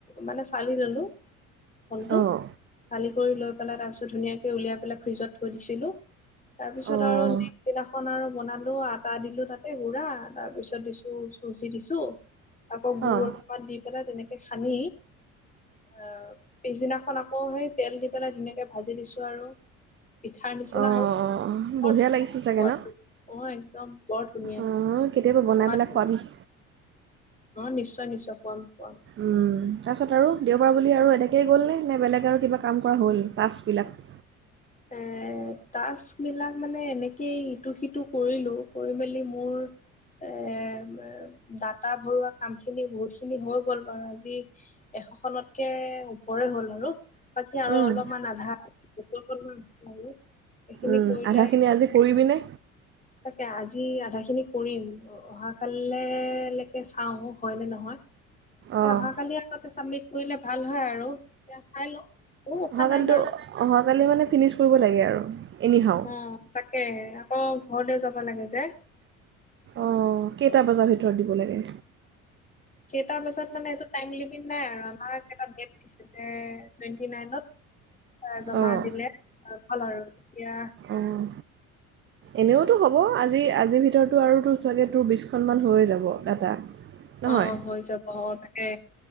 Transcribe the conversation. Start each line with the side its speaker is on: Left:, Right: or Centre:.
Left: মানে চালি ললো কলটো
Right: অঁ
Left: চালি কৰি লৈ পেলাই তাৰপিছত ধুনীয়াকে উলিয়াই পেলাই ফ্ৰিজত থৈ দিছিলো তাৰপিছত
Right: অঁ
Left: আৰু নেক্স দিনাখন আৰু বনালো আ টা দিলো তাতে গুড়া তাৰ পিছত দিছো চুজি দিছো আকৌ গুড়
Right: অঁ
Left: অলপমান দি পেলাই তেনেকে সানি আ পিছদিনাখন আকৌ সেই তেল দি পেলাই ধুনীয়াকে ভাজি দিছো আৰু পিঠাৰ নিচিনা
Right: অঁ
Left: হ'ল বৰ
Right: বঢ়িয়া
Left: ধুনীয়া
Right: লাগিছে
Left: সুৱাদটো
Right: চাগে ন
Left: অ একদম বৰ ধুনীয়া
Right: অঁ কেতিয়াবা বনাই
Left: পুৰা
Right: পেলাই
Left: ধুনীয়া
Right: খোৱাবি
Left: অ নিশ্চয় নিশ্চয় খোৱাম খোৱাম
Right: উম তাৰপিছত আৰু দেওবাৰ বুলি আৰু এনেকৈয়ে গ'লনে নে বেলেগ আৰু কিবা কাম কৰা হ'ল টাস্কবিলাক
Left: এ টাস্কবিলাক মানে এনে এনেকেই ইটো সিটো কৰিলো কৰি মেলি মোৰ এ ডাটা ভৰোৱা কাম খিনি বহুত খিনি হৈ গ'ল বাৰু আজি এশ খনতকে ওপৰে হ'ল আৰু বাকী আৰু
Right: উম,
Left: অলপমান আধা অকনমান আছে আৰু এইখিনি
Right: উম
Left: কৰিলে
Right: আধাখিনি আজি কৰিবিনে
Left: <unintelligible> তাকে আজি আধা খিনি কৰিম অহাকালি লেকে চাওঁ হয় নে নহয় <unintelligible> এতিয়া
Right: অঁ
Left: অহাকালি আগতে চাবমিট কৰিলে ভাল হয় আৰু এতিয়া চাই লওঁ একো কথা
Right: অহাকালিতো
Left: নাই বাৰু
Right: অহাকালি মানে ফিনিক্স কৰিব লাগে আৰু এনি হাও
Left: অ তাকেহে আকৌ ঘৰলৈও যাব লাগে যে
Right: অ কেইটা বজাৰ ভিতৰত দিব লাগে
Left: কেইটা বজাত মানে এইটো টাইম লিমিট নাই আৰু আমাক এটা ডেট দিছে তাকে টুৱেণ্টি নাইনত এ জমা
Right: অঁ
Left: দিলে ভাল আৰু এতিয়া
Right: অঁ এনেওতো হ'ব আজি আজিৰ ভিতৰতো আৰু তোৰ চাগে তোৰ বিছখনমান হৈয়ে যাব ডাটা নহয়
Left: অ হৈ যাব অ তাকে